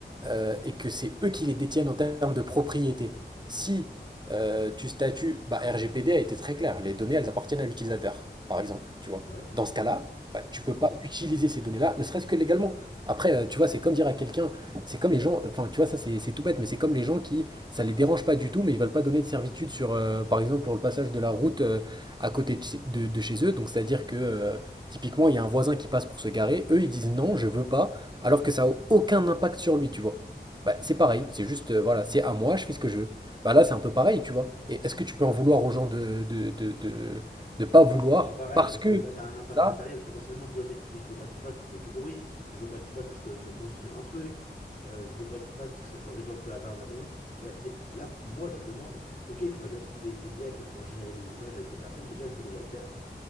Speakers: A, on the right (about 25°); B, on the left (about 45°).
A: euh, et que c'est eux qui les détiennent en termes de propriété Si euh, tu statues, bah, RGPD a été très clair, les données, elles appartiennent à l'utilisateur, par exemple, tu vois.
B: ouais.
A: Dans ce cas-là, bah, tu peux pas utiliser ces données-là, ne serait-ce que légalement. Après, euh, tu vois, c'est comme dire à quelqu'un, c'est comme les gens, enfin tu vois, ça c'est c'est tout bête, mais c'est comme les gens qui, ça les dérange pas du tout, mais ils veulent pas donner de servitude sur, euh, par exemple, pour le passage de la route euh, à côté de, chez de- de chez eux. Donc c'est-à-dire que euh, typiquement, il y a un voisin qui passe pour se garer, eux ils disent non, je veux pas, alors que ça a aucun impact sur lui, tu vois. Bah, c'est pareil, c'est juste, euh, voilà, c'est à moi, je fais ce que je veux. Bah là, c'est un peu pareil, tu vois. Et est-ce que tu peux en vouloir aux gens de, de, de, de, de pas
B: Non,
A: vouloir
B: c'est pas pareil
A: parce
B: parce
A: que
B: que là, t'as un impact
A: ça.
B: matériel. Potentiellement, tu vois le mec qui dit je veux pas qu'il passe, ça fait du bruit. Je veux pas qu'il passe parce que je vais construire un truc. Euh, je veux pas qu'il passe parce que ça peut réduire un peu la valeur de la maison. Il y a- y a- là, moi, je demande ok, tu m'as donné le truc des- de l'IA qui va pouvoir générer des images avec des personnes, mais déjà, elle peut déjà le faire.